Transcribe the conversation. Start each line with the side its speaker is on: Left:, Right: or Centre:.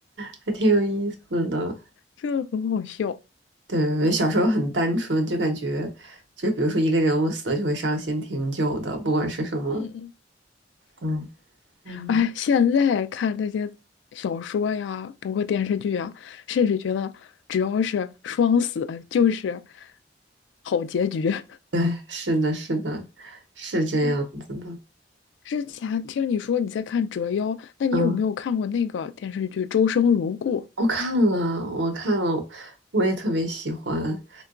Right: 还挺有意思的。
Left: 真的很好笑，
Right: 对，小时候很单纯，就感觉就比如说一个人物死了就会伤心挺久的，不管是什么，
Left: 嗯。
Right: 嗯嗯，
Left: 哎，现在看那些小说呀，包括电视剧啊，甚至觉得只要是双死就是好结局。<laughs>
Right: 对，是的，是的，是这样子的。
Left: 哦之前听你说你在看《折腰》，那你有没有看过那个电视剧《周生如故》？
Right: 嗯，我看了，我看了，我也特别喜欢。